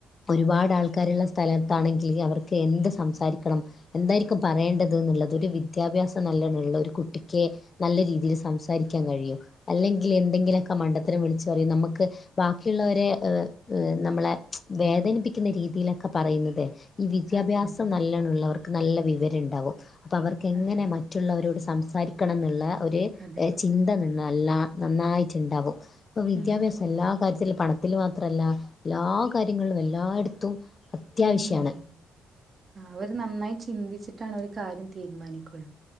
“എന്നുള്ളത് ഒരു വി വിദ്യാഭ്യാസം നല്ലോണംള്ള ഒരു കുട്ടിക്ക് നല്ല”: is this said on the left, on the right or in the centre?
Left